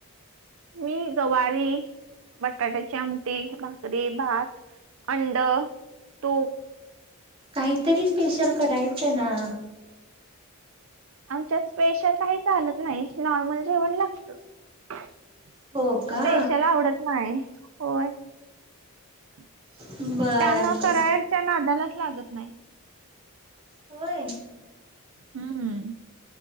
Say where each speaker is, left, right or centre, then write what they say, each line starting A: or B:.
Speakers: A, on the right; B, on the right.
A: मी गवारी बटाट्याची आमटी भाकरी भात अंड तूप.
B: काहीतरी स्पेशल करायचं ना.
A: आमच्यात स्पेशल काही चालत नाही नॉर्मल जेवण लागत. स्पेशल
B: हो का
A: आवडत नाही होय. त्या
B: बर
A: म
B: बर
A: करायच्या नादालाच लागत नाही.
B: होय.
A: हम् हम.